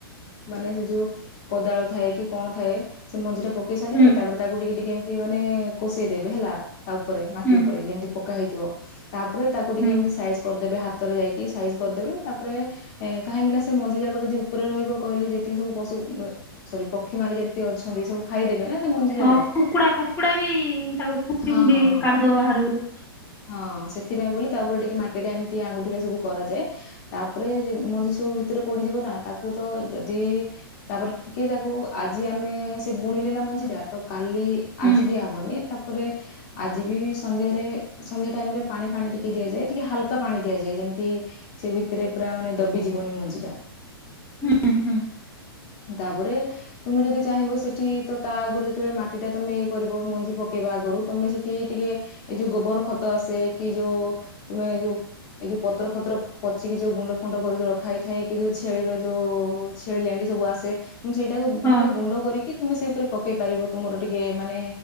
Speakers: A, on the left; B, on the left.
A: ମାନେ ସେ, ଯୋଉ କୋଦାଳ ଥାଏ, କି କଣ ଥାଏ, ସେ ମଞ୍ଜି ଟା ପକେଇ ସାରିବେ
B: ହୁଁ
A: ୲ ତାପରେ ତାକୁ ଟିକେ ଟିକେ ଏମତି, ମାନେ କଷେଇଦେବେ, ହେଲା ୲ ତା ଉପରେ, ମାଟି
B: ହୁଁ
A: ଉପରେ, ଯେମିତି ପକା ହେଇଥିବ ୲ ତାପରେ ତାକୁ ଟିକେ
B: ହୁଁ
A: ଏମତି ସାଇଜ୍ କରିଦେବେ, ହାତରେ ଯାଇକି, ସାଇଜ୍ କରିଦେବେ ତାପରେ, ଏ କାହିଁକି ନା ସେ ମଞ୍ଜି ଯାକ ଯଦି ଉପରେ ରହିବ ୲ କହିଲେ ଯେତିକି ସବୁ ପଶୁ, ସରି ପକ୍ଷୀ ମାନେ ଯେତିକି ଅଛନ୍ତି, ସବୁ ଖାଇଦେବେ ନା ୲ ଏ ମଞ୍ଜି, ଯାକ-
B: ହଁ କୁକୁଡ଼ା, କୁକୁଡା ବି ତାକୁ, ଖୁମ୍ପି,
A: ହଁ
B: ଖୁମ୍ପି
A: ହଁ ହଁ
B: କାଢିଦବ ବାହାରକୁ ୲
A: ହଁ ସେଥିପାଇଁ, ବୋଲି ତାଉପରେ ଟିକେ ମାଟି ଟା ଏମତି, ଆଙ୍ଗୁଠିରେ ସବୁ କରାଯାଏ। ତାପରେ ମଞ୍ଜି ସବୁ ଭିତରେ ପଡିଯିବ, ନା ତାକୁ ତ ଯଦି ତାପରେ ଟିକେ, ତାକୁ ଆଜି ଆମେ ସେ ବୁଣିଲେ ନା ମଞ୍ଜି ଟା, ତ କାଲି
B: ହୁଁ
A: ଆଜି, ଦିଆ ହବନି ତା ତାପରେ, ଆଜି ବି ସନ୍ଧ୍ୟାରେ, ସନ୍ଧ୍ୟା ଟାଇମ ରେ ପାଣି ଫାଣି ଟିକେ ଦିଆଯାଏ। ଟିକେ ହାଲକା ପାଣି ଦିଆଯାଏ। ଯେମତି ସେ ଭିତରେ ପୁରା ମାନେ ଦବିଯିବନି ମଞ୍ଜି ଟା,
B: ହୁଁ ହୁଁ
A: ତାପରେ ତମେ ଯଦି ଚାହିଁବ, ସେଠି ତ ତା ଆଗରୁ ଯେତେବେଳେ ମାଟି ଟା ତମେ କରିବ ମଞ୍ଜି ପକେଇବା ଆଗରୁ, ତମେ ସେଠି ଟିକେ ଏଇ ଯୋଉ, ଗୋବର ଖତ ସେ କି ଯୋଉ, ତମେ ଯୋଉ ଏଇ ଯୋଉ ପତ୍ର, ଫତ୍ର ପଚିକି ଯୋଉ, ଗୁଣ୍ଡ ଫୁଣ୍ଡ କରିକି ରଖାହେଇଥାଏ। କି ଯୋଉ, ଛେଳିର ଯୋଉ, ଛେଳି ଲେଣ୍ଡି ସବୁ ଆସେ ତ, ସେଇଟାକୁ
B: ହଁ
A: ମାନେ, ଗୁଣ୍ଡ କରିକି ତୁମେ, ସେଇ ଉପରେ ପକେଇ ପାରିବ। ତମର ଟିକେ ମାନେ,